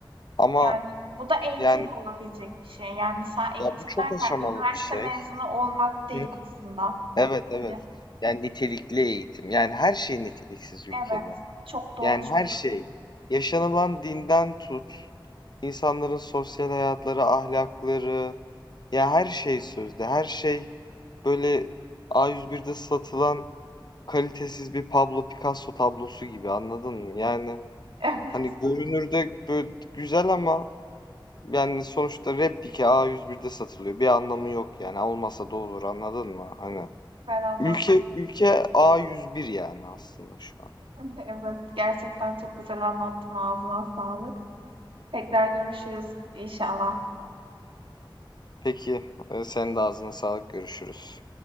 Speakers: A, on the left (about 55°); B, on the right (about 85°).
A: Ama
B: Yani bu da eğitimle
A: yani
B: olabilecek bir şey. Yani sen eğitim
A: ya bu çok
B: derken
A: aşamalı
B: üniversite
A: bir şey.
B: mezunu olmak değil
A: Hı.
B: aslında.
A: Evet evet.
B: Hani
A: Yani nitelikli eğitim. Yani her şey niteliksiz ülkede.
B: evet, çok doğru.
A: Yani
B: Çok
A: her şey.
B: <laughs>
A: Yaşanılan dinden tut, insanların sosyal hayatları, ahlakları, ya her şey sözde. Her şey böyle A101'de satılan kalitesiz bir Pablo Picasso tablosu gibi anladın mı? Yani
B: Evet,
A: Hani görünürde böyle güzel ama yani sonuçta replike A101'de satılıyor. Bir anlamı yok yani. Olmasa da olur anladın mı? Hani
B: güzel anlattın.
A: ülke ülke A101 yani aslında şu an.
B: <laughs> Evet, gerçekten çok güzel anlattın. Ağzına sağlık. Tekrar görüşürüz inşallah.
A: Peki e, senin de ağzına sağlık görüşürüz.